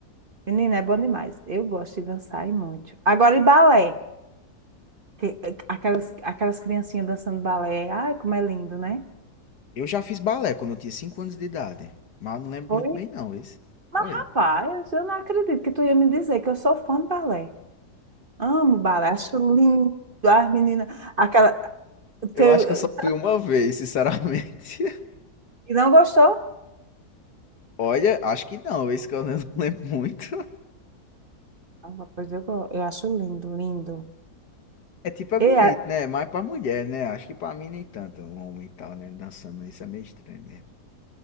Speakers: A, on the right; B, on the left.
A: Menina, é bom demais. Eu gosto de dançar e muito. Agora e balé. Que- é, Aquelas, aquelas criancinhas dançando balé. Ai, como é lindo, né?
B: Eu já fiz balé quando eu tinha 5 anos de idade, mas eu não lembro
A: Foi?
B: muito bem não, isso. Foi.
A: Rapaz, eu não acredito que tu ia me dizer que eu sou fã de balé. Amo baracho lindo. As meninas. Aquela.
B: Eu
A: teu-
B: acho que eu só fui uma vez, sinceramente. <laughs>
A: E não gostou?
B: Olha, acho que não, isso que eu não <laughs> lembro muito.
A: Ah, pois eu, go- eu acho lindo, lindo.
B: É tipo, é bonito,
A: E a...
B: né? Mais pra mulher, né? Acho que pra mim nem tanto. Um homem e tal, né? Dançando isso é meio estranho mesmo.